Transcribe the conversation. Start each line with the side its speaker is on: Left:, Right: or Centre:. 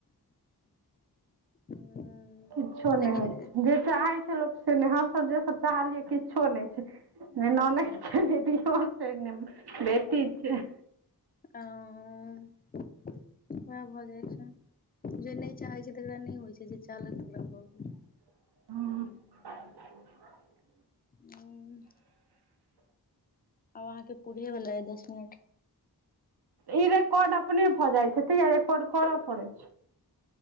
Left: हूँ
Right: किछो नैय
Left: लेकिन
Right: होय छैय। जे चाहै छैय लोक से ने हमसभ जे सभ चाहलियै किछो नैय छैय ने ननैद छैय, ने दियौर छैय, ने बेटी छैय।
Left: आंय उएह भऽ जाय छैय। जे नैय चाहै छैय तेकरा नैय होय छैय। जे चाहलक तकरा भऽ गेल
Right: <unintelligible>
Left: हूॅं आब अहाँ के पुरये बाला अय दस मिनट
Right: इ रेकॉर्ड अपने भऽ जाय छैय, तहिया रेकॉर्ड करअ पड़ै छैय